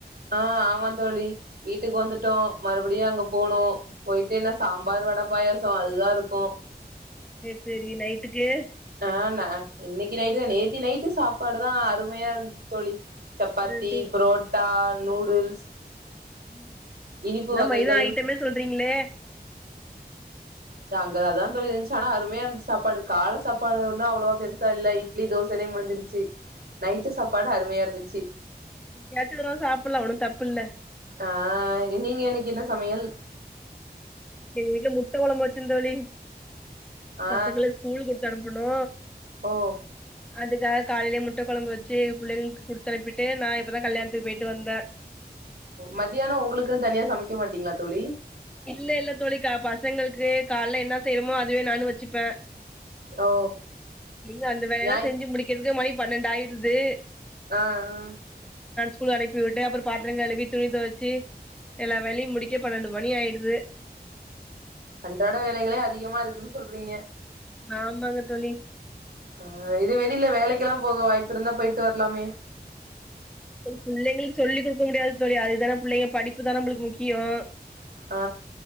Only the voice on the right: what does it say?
ஆ ஆமாந்தோழி வீட்டுக்கு வந்துட்டோ மறுபடியு அங்க போனு போய்ட்டே என்ன சாம்பார் வட பாயசோ அதுதா இருக்கு
ஆஹ் ந இன்னைக்கு நைட்டு தா நேத்தி நைட்டு சாப்பாடு தா அருமையா இருந்துச்சு தோழி சப்பாத்தி
பரோட்டா நூடுல்ஸ்
இனிப்பு
வகைகள்
ங்க அத தா தோழி இருந்துச்சு ஆனா அருமையா இருந்துச்சு சாப்பாடு கால சாப்பாடு ஒனா அவ்வளவா பெருசா இல்லை இட்லி தோசையனே முடிஞ்சிருச்சு நைட்டு சாப்பாடு அருமையா இருந்துச்சு
ஆஹாய் நீங்க இன்னைக்கு என்ன சமையல்
ஆ
ஓ
மதியானோ உங்களுக்குன்னு தனியா சமைக்க மாட்டீங்களா தோழி
ஓ
ஞாய்
ஆஹ் ஹ்
அன்றாட வேலைகளே அதிகமா இருக்குன்னு சொல்றீங்க
அஹ் இது வெளில வேலைக்கு க்கெல்லா போக வாய்ப்பு இருந்தா போயிட்டு வரலாமே
ஆ